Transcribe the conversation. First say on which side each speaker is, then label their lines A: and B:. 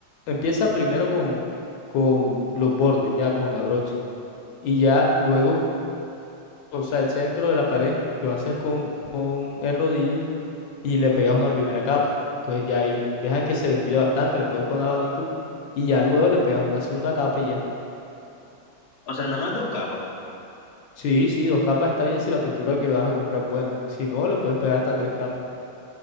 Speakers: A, on the left (about 85°); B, on the left (about 60°).
A: empieza primero con, con los bordes, ya con la brocha. Y ya luego, o sea, el centro de la pared lo haces con, con el rodillo y le pegas una primera capa. Entonces ya ahí dejas que se ventile bastante, le puedes poner abanico y ya luego le pegas una segunda capa y
B: O sea, nada más dos capas.
A: Sí, sí, dos capas está bien si la pintura que vas a comprar es buena. Si no, le puedes pegar hasta tres capas.